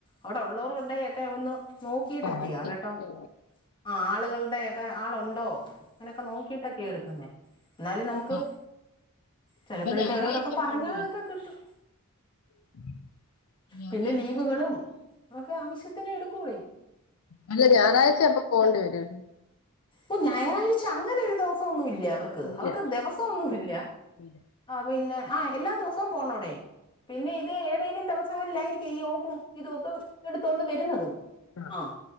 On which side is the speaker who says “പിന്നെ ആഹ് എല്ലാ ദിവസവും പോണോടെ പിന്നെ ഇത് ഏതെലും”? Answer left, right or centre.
Left